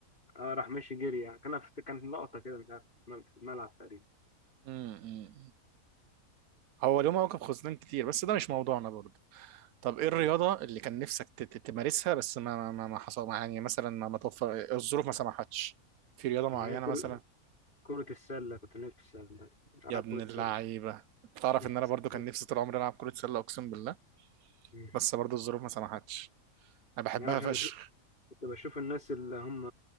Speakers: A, on the left; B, on the right.
A: اه راح مشي جري يعني كان في كان لقطه كده مش عارف في الملعب تقريبا
B: امم هو له مواقف خزنان كتير بس ده مش موضوعنا برضه طب ايه
A: مم.
B: الرياضة اللي كان نفسك ت- ت- تمارسها بس ما ما ما حصل ما- يعني مثلا ما ما توفر الظروف ما سمحتش في رياضة معينة
A: هي كرة
B: مثلا
A: كرة السلة كنت نفسي ألعب
B: يا ابن
A: كرة
B: اللعيبة
A: سلة
B: تعرف
A: <laughs>
B: ان انا برضو كان نفسي طول عمري العب كرة سلة اقسم بالله
A: مم.
B: بس برضو الظروف ما سمحتش انا بحبها
A: يعني عشان
B: فشخ
A: بش- كنت بشوف الناس اللي هم